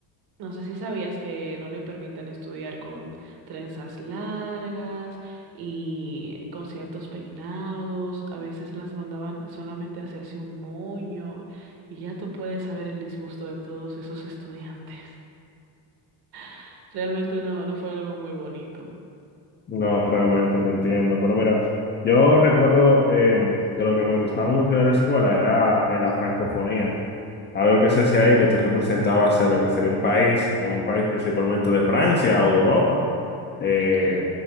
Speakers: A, on the right; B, on the left.
A: no sé si sabías que no le permiten estudiar con trenzas largas y con ciertos peinados. A veces las mandaban solamente a hacerse un moño y ya tú puedes saber el disgusto de todos esos estudiantes. <laughs> Realmente no, no fue algo muy bonito.
B: No, realmente te entiendo. Pero mira, yo recuerdo em, que lo que me gustaba mucho de la escuela era eh, la francofonía. Algo que se hacía ahí, que tú representabas eh, lo que sería un país, eh, un país principalmente de Francia o de Europa. Eh,
A: Ok.